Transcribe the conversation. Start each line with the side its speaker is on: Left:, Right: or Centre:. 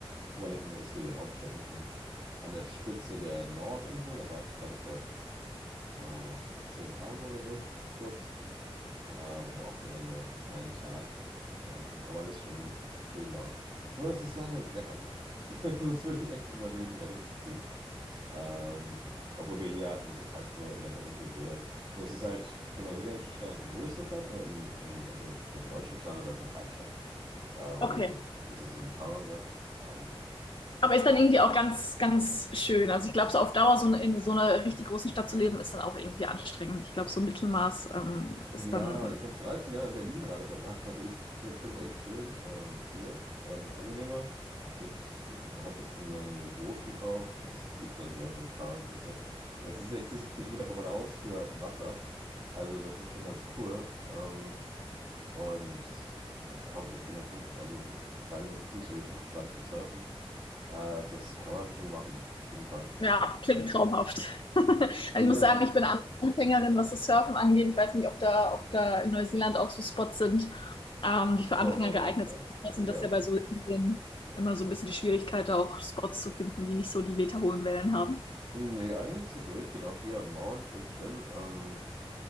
Right: Wellington ist die Hauptstadt unten an der Spitze der Nordinsel. Da war ich gerade vor ah, zehn Tagen oder so, kurz. Ähm, aber auch wieder nur einen Tag. Ähm, aber das ist schon schön dort. Nur, dass ist leider das Wetter so schlecht. <laughs> Sonst würde ich echt überlegen, dahin zu ziehen. Ähm, obwohl wir hier sind halt so in der perfekten Idylle. Nur es ist halt für einen neuseeländischen Standard eine größere Stadt, nur im, in, also für den deutschen Standard wäre es eine Kleinstadt, äh, wo
Left: Okay.
Right: wir leben. Das ist in Tauranga. Ähm,
Left: Aber ist dann irgendwie auch ganz, ganz schön. Also ich glaube, so auf Dauer so eine, in so einer richtig großen Stadt zu leben, ist dann auch irgendwie anstrengend. Ich glaube, so ein Mittelmaß ähm, ist
Right: Ja,
Left: dann
Right: ich habe 13 Jahre in Berlin gerade verbracht. Also ich finde es echt schön ähm, hier und angenehmer. Also ich habe jetzt ein Boot gekauft und es liegt dann hier so ein paar, weißt du, es ist 60, 70 Meter vor meiner Haustür im Wasser. Also das ist schon ganz cool. Ähm, und ich komm, ich bin dann fünf, also wirklich drei Minuten Fußweg am Strand zum Surfen. Äh, das kann man schon machen, auf jeden Fall.
Left: Ja, klingt traumhaft. <laughs> Also
Right: Ja,
Left: ich muss sagen, ich bin Anfängerin, was das Surfen angeht. Ich weiß nicht, ob da, ob da in Neuseeland auch so Spots sind, ähm, die für Anfänger
Right: doch, auf
Left: geeignet
Right: jeden Fall.
Left: sind.
Right: Ja.
Left: Und das ist ja bei so Inseln immer so ein bisschen die Schwierigkeit, auch Spots zu finden, die nicht so die meterhohen Wellen haben.
Right: Nee, eigentlich so durchgehend, auch hier am Mount, wo ich bin. Ähm,